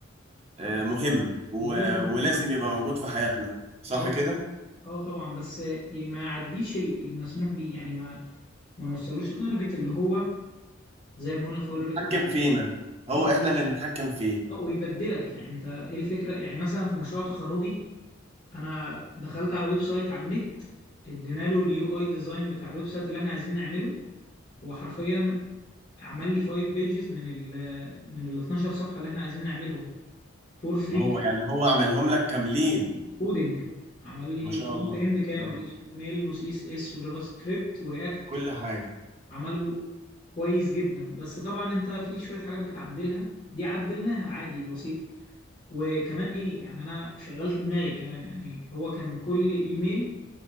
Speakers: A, on the right; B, on the left.
A: آه، مهم و-
B: وجوده مهم
A: ولازم يبقى موجود في حياتنا صح
B: اه طبعا
A: كده؟
B: اه طبعا بس ما يعديش ال- المسموح بيه يعني ما ما نوصلوش لدرجه اللي هو زي ما قلنا في اول الريكورد
A: حكم فينا هو
B: اه
A: احنا اللي نتحكم فيه
B: اه ويبدلك يعني انت ايه الفكره يعني مثلا في مشروع تخرجي انا دخلت على ويب سايت على النت ادينا له اليو اي ديزاين بتاع الويب سايت اللي احنا عايزين نعمله هو حرفيا عمل لي 5 بيجز من ال من ال 12 صفحه اللي احنا عايزين نعملهم فور فري
A: هو
B: كان
A: يعني هو عملهم لك كاملين
B: كودنج عمل لي
A: ما
B: الفرونت
A: شاء الله
B: اند كامل
A: آه،
B: اتش تي ام ال وسي اس اس وجافا سكريبت ورياكت
A: كل حاجة
B: عملوا كويس جدا بس طبعا انت في شوية حاجات بتعدلها دي عدلناها عادي بسيطة وكمان ايه يعني انا شغلت دماغي كمان يعني هو كان كل ايميل